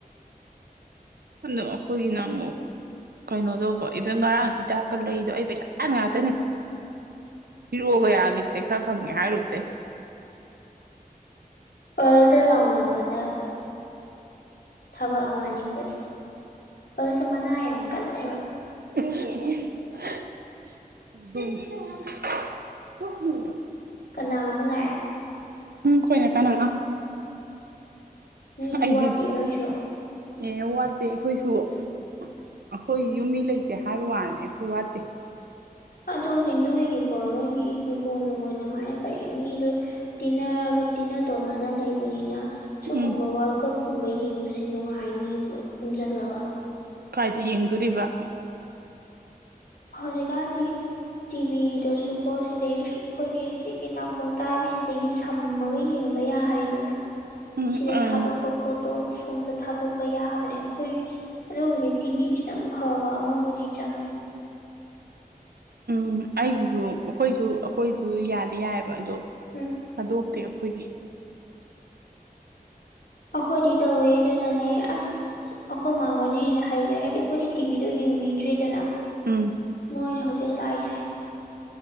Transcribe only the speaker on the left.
ꯄꯜꯗ ꯂꯥꯎꯅꯕꯗ ꯊꯕꯛ ꯑꯃꯅꯤ ꯑꯩꯈꯣꯏꯗꯤ ꯕꯁꯁꯦ ꯃꯅꯥ ꯌꯥꯝ ꯀꯜꯂꯦꯕ
ꯀꯅꯥ ꯑꯃꯨꯛ ꯂꯛꯑꯦ
ꯃꯤꯗꯤ
ꯋꯥꯠꯇꯦ ꯅꯣꯏꯁꯨ
ꯑꯗꯨꯗꯤ ꯅꯣꯏꯒꯤꯀꯣ ꯅꯣꯏꯒꯤ ꯍꯤꯡꯈꯣꯜ ꯅꯨꯡ ꯑꯗꯨ ꯃꯥꯥꯏꯅ ꯄꯔ ꯃꯤꯗꯨꯣ ꯇꯤꯟꯅꯔꯒ ꯇꯤꯟꯅ ꯇꯣꯟꯅꯅ ꯂꯩꯕꯅꯤꯅ ꯁꯤꯒꯨꯝꯕ
ꯋꯥꯔꯜ ꯀꯞꯀꯨꯝꯕ ꯌꯦꯡꯕꯁꯤ ꯅꯨꯡꯉꯥꯏꯅꯤ ꯄꯨꯖꯟꯂꯒ
ꯍꯧꯖꯤꯛꯀꯥꯟꯗꯤ ꯇꯤꯚꯤꯗꯁꯨꯀꯣ ꯁꯤꯗꯒꯤ ꯑꯩꯈꯣꯏꯒꯤ ꯅꯥꯀꯣꯡ ꯇꯥꯕꯤꯁꯤꯗꯒꯤ ꯁꯝꯃꯒ ꯌꯦꯡꯕ ꯌꯥꯔꯦꯗꯅ
ꯁꯤꯗ
ꯊꯗꯗꯣꯛꯄ ꯅꯣꯠꯇꯣ ꯁꯣꯝꯗ ꯊꯥꯗꯣꯛꯄ ꯌꯥꯕꯅꯦ ꯑꯩꯈꯣꯏ ꯑꯗꯨꯕꯨꯗꯤ ꯇꯤꯚꯤ ꯈꯤꯇꯪ ꯐꯕ ꯑꯃꯕꯨꯗꯤ ꯆꯪꯉꯤ
ꯎꯝ
ꯑꯈꯣꯗꯤ ꯇꯧꯋꯦ ꯑꯗꯨꯅꯆꯦ ꯑꯁ ꯑꯩꯈꯣꯏ ꯃꯥꯍꯣꯏꯅ ꯍꯦꯟꯅ ꯍꯩꯈ꯭ꯔꯦ ꯍꯥꯏꯗꯤ ꯑꯩꯈꯣꯏꯗꯤ ꯇꯤꯕꯤꯗꯣ ꯌꯦꯡꯕꯤꯗ꯭ꯔꯦꯗꯅ
ꯃꯣꯏꯅ ꯍꯧꯖꯤꯛ ꯂꯥꯛꯏꯁꯥꯏ